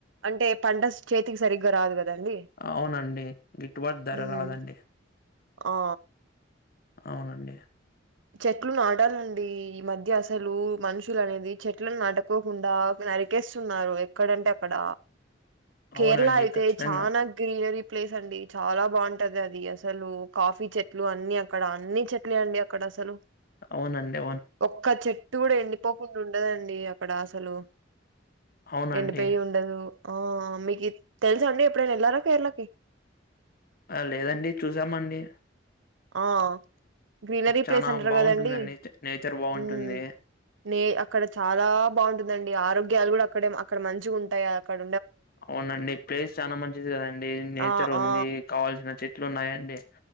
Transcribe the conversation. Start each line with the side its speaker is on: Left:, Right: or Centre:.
Right: అంటే పంట చేతికి సరిగ్గా రాదు కదండి.
Left: అవునండి గిట్టుబాటు ధర
Right: ఉమ్
Left: రాదండి.
Right: ఆ
Left: అవునండి
Right: చెట్లు నాటాలండి ఈ మధ్య అసలు మనుషులు అనేది చెట్లను నాటుకోకుండా నరికేస్తున్నారు ఎక్కడంటే అక్కడ కేరళ
Left: అవునండి
Right: అయితే
Left: ఖచ్చితంగా
Right: చానా గ్లీర ప్లేస్ అండి చాలా బాగుంటది అది అసలు కాఫీ చెట్లు అన్ని అక్కడ అన్ని చెట్లే అండి. అక్కడసలు
Left: అవునండే
Right: ఒక్క చెట్టు కూడా ఎండిపోకుండా ఉండదండి అక్కడ అసలు.
Left: అవునండి
Right: ఎండి పోయి ఉండదు ఆ మీకు తెలుసా అండి ఎప్పుడే న ఎళ్లారా కేరళకి
Left: ఆ లేదండి చూసామండి
Right: ఆ గ్రీనరీ
Left: చానా
Right: ప్లేస్ అంటారు
Left: బాగుంటుందండి
Right: కదండి
Left: నేచర్ బాగుంటుంది
Right: ఉ నే అక్కడ చాలా బాగుంటుందండి ఆరో గలు కూడా అక్కడే అక్కడ మంచిగా ఉంటాయి అక్కడన.
Left: అవునండి ప్లేస్ చాలా మంచిది కదండి నేచర్
Right: ఆ
Left: ఉంది
Right: ఆ
Left: కావల్సిన చెట్లు ఉన్నాయండి.